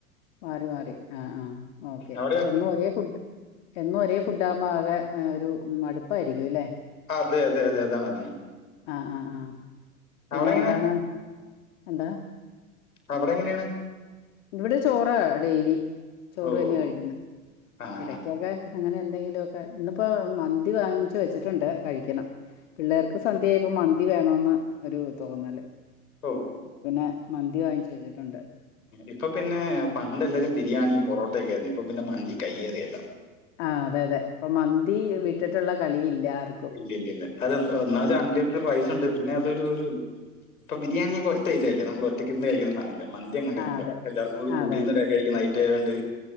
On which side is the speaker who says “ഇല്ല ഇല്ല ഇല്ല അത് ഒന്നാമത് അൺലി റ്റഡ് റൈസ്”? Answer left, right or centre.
Left